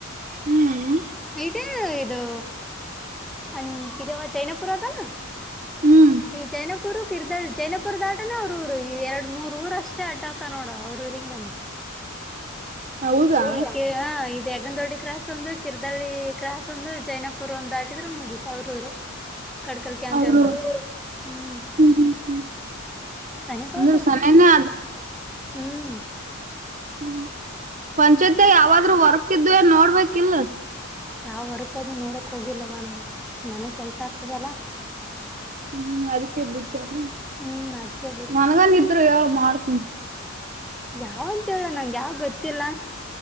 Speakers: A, on the right; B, in the centre.
A: ಹ್ಮ್
B: ಇದೇ ಇದು. ಅ ಜೈನಪುರ ಅದನ
A: ಹ್ಮ್
B: ಈ ಜೈನಪುರ. ಇರ್ದ ಜೈನಪುರ್ ದಾಟಾನೇ ಅವ್ರ ಊರು ಈ ಎರಡ್ ಮೂರ್ ಊರ ಅಷ್ಟೇ ಅಡ್ಡ ಆತ ನೋಡ ಅವರ ಊರಿಗೂ ನಮಗೂ.
A: ಹೌದಾ
B: ಈಕೆ ಹಾ. ಬೇಗಂದೋಡ್ಡಿ ಕ್ರಾಸ್ ಒಂದು ಕಿರ್ದಳ್ಳಿ ಕ್ರಾಸ್ ಒಂದು ಜೈನಪುರ್ ಒಂದು. ದ್ರ ಮುಗೀತ ಅವ್ರವ್ರ ಕಡಕಲ್ ಕ್ಯಾಂಪ
A: ಅವರು
B: ಹ್ಮ್.
A: ಹ್ಮ್ ಹ್ಮ್
B: ಸರಿಪತ
A: ಅಂದ್ರೆ ಸನೇನೇ
B: ಹ್ಮ್.
A: ಹ್ಮ್ ಪಂಚಾಯತಿ ಯಾವಾದ್ರೂ ವರ್ಕ್ ಇದವಿ ನೋಡ್ಬೇಕಿಲಾ.
B: ಯಾವ ವರ್ಕ್ ನೋಡೋಕ್ಕೆ ಹೋಗಿಲ್ಲವ ನಮ್ಮ ಮನೆಗೆ ಕೆಲಸ ಆಗ್ತದಲ್ಲ.
A: ಹ್ಮ್ ಅದಕ್ಕೆ ಬಿಟ್ಟೆನು.
B: ಹ್ಮ್ ಅದಿಕ್ಕೆ ಬಿಟ್ಟೆ.
A: ನನ್ಗನ್ ಇದ್ರು ಹೇಳ ಮಾಡ್ತೀನಿ.
B: ಯಾವ ಅಂತ ಹೇಳುವ ನನಗೆ ಯಾವ ಗೊತ್ತಿಲ್ಲ.